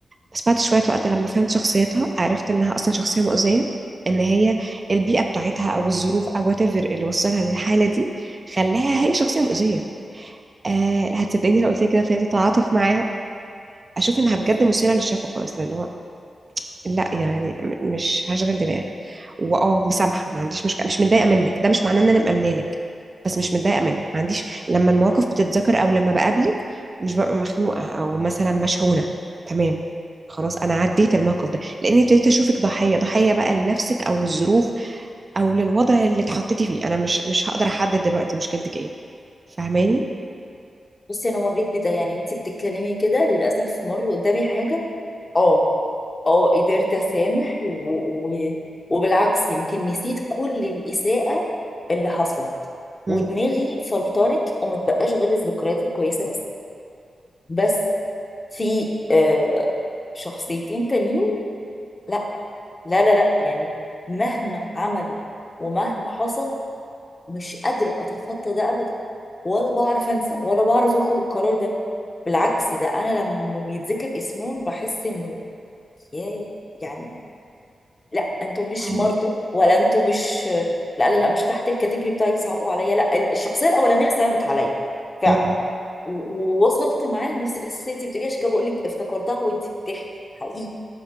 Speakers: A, on the right; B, on the left.
A: بس بعد شوية وقت لما فهمت شخصيتها عرفت انها اصلا شخصية مؤذية ان هي البيئة بتاعتها او الظروف او whatever اللي وصلها للحالة دي خلاها هي شخصية مؤذية آه هتصدقيني لو قلت لك كده ابتديت اتعاطف معاها اشوف انها
B: اوف
A: بجد مثيره للشفقه اصلا اللي هو لا يعني م- مش هشغل دماغي واه مسامحه ما عنديش مشكله مش متضايقه منك ده مش معناه ان انا مأمنه لك بس مش متضايقه منك ما عنديش لما المواقف بتتذكر او لما بقابلك مش ببقى مخنوقه او مثلا مشحونه تمام خلاص انا عديت الموقف ده لاني ابتديت اشوفك ضحيه ضحيه بقى لنفسك او للظروف او للوضع اللي اتحطيتي فيه انا مش مش هقدر احدد دلوقتي مشكلتك ايه فاهماني
B: بصي انا مريت بده يعني وانتي بتتكلمي كده للاسف مر قدامي حاجه اه اه قدرت اسامح و... و... وبالعكس يمكن نسيت كل الاساءه اللي حصلت
A: مم.
B: ودماغي فلترت وما بقاش غير الذكريات الكويسه بس بس في آه شخصيتين تانيين لا لا لا لا يعني مهما عملوا ومهما حصل مش قادرة أتخطى ده أبدا ولا بعرف أنسى ولا بعرف أخد القرار ده بالعكس ده أنا لما بيتذكر اسمهم بحس إنه يا يعني لا أنتوا مش
A: هو
B: مرضى ولا أنتوا مش لا لا لا مش تحت الكاتيجوري بتاعي صعبوا عليا لا الشخصية الأولانية صعبت عليا فعلا
A: اه
B: و- ووصلت معاه نفس الإحساس اللي أنت بتقولي عشان كده بقول لك افتكرتها وأنت بتحكي حقيقي